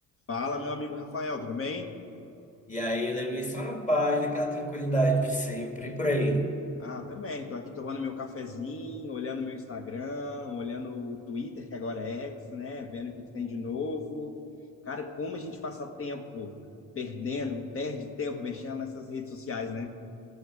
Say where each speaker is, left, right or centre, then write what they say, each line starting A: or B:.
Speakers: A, on the left; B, on the left.
A: Fala, meu amigo Rafael, tudo bem?
B: E aí levei só na paz, naquela tranquilidade de sempre, e por aí.
A: Ah, também. Tô aqui tomando meu cafezinho, olhando meu Instagram, olhando o Twitter, que agora é X, né? Vendo o que que tem de novo. Cara, como a gente passa tempo perdendo, perde tempo mexendo nessas redes sociais, né?